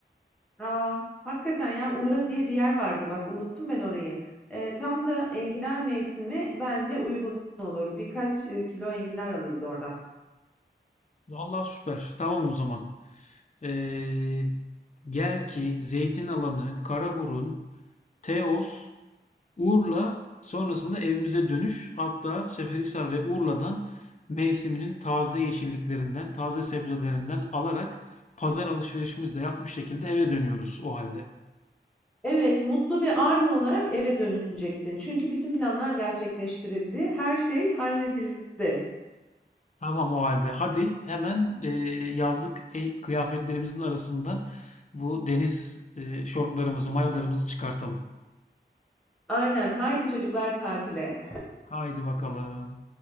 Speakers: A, in the centre; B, on the left.
A: Aa, hakikaten ya Urla diye bir yer vardı. Bak unuttum ben orayı. Ee, tam da enginar mevsimi bence uygun olur. Birkaç e, kilo enginar alırız oradan.
B: Vallahi süper. Tamam o zaman. Ee, gel ki Zeytinalanı, Karaburun, Teos, Urla sonrasında evimize dönüş. Hatta Seferihisar ve Urla'dan mevsiminin taze yeşilliklerinden, taze sebzelerinden alarak pazar alışverişimizi de yapmış şekilde eve dönüyoruz o halde.
A: Evet, mutlu bir army olarak eve döneceksin. Çünkü bütün planlar gerçekleştirildi. Her şey halledildi.
B: Tamam o halde. Hadi hemen e, yazlık e, kıyafetlerimizin arasından Bu deniz, eee, şortlarımızı, mayolarımızı çıkartalım.
A: Aynen. Haydi çocuklar tatile.
B: Haydi bakalım.